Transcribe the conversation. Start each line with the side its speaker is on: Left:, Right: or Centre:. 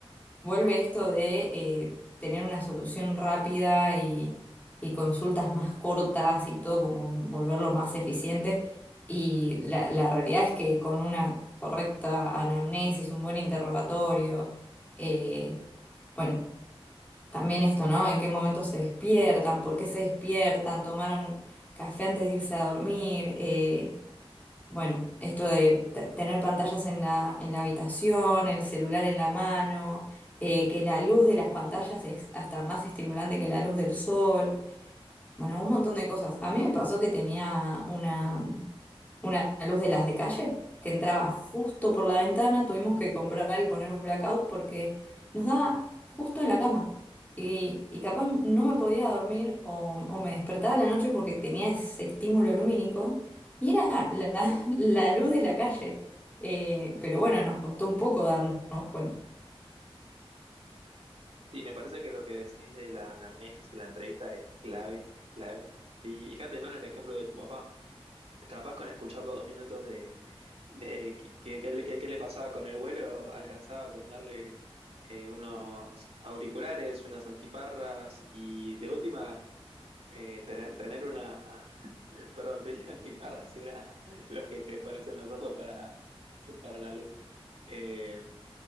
Left: vuelve esto de eh, tener una solución rápida y, y consultas más cortas y todo como volverlo más eficiente. Y la, la realidad es que con una correcta anamnesis, un buen interrogatorio, eh, bueno. También esto, ¿no? ¿En qué momento se despiertan? ¿Por qué se despiertan? ¿Tomaron café antes de irse a dormir? Eh, bueno, esto de t- tener pantallas en la, en la habitación, el celular en la mano, eh, que la luz de las pantallas es hasta más estimulante que la luz del sol. Bueno, un montón de cosas. A mí me pasó que tenía una una luz de las de calle que entraba justo por la ventana. Tuvimos que comprar y poner un blackout porque nos daba justo en la cama. Y, y capaz no me podía dormir o, o me despertaba a la noche porque tenía ese estímulo lumínico y era la, <laughs> la luz de la calle. Eh, pero bueno, nos costó un poco darnos cuenta.
Right: Sí, me parece que lo que decís de la anamnesis y la entrevista es clave, es clave. Y fíjate, ¿no? En el ejemplo de tu papá, Capaz con escuchar los dos minutos de, de qué qué- qué le qué- qué le pasaba con el vuelo, alcanzaba con darle eh, unos auriculares, unas antiparras y de última eh, tener, tener una, <laughs> perdón, te dije antiparras y era <laughs> los que te pones en los ojos para, para la luz. Eh,